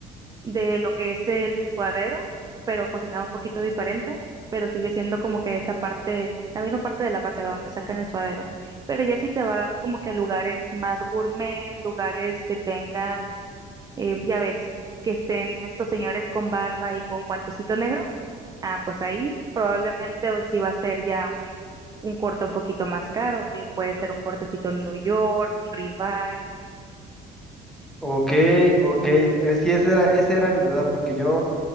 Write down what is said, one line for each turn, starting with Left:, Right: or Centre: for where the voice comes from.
Right: de lo que es el suadero, pero cocinado un poquito diferente, pero sigue siendo como que esa parte, la misma parte de la vaca donde sacan el suadero. Pero ya si te vas como que a lugares más gourmet, lugares que tengan, eh, ya ves, que estén estos señores con barba y con guantecito negro, ah, pues ahí probablemente pues, sí va a ser ya un, un corte un poquito más caro, bien puede ser un cortecito New York, un ribeye,
Centre: Ok, ok, eh, sí, esa era, esa era mi duda, porque yo,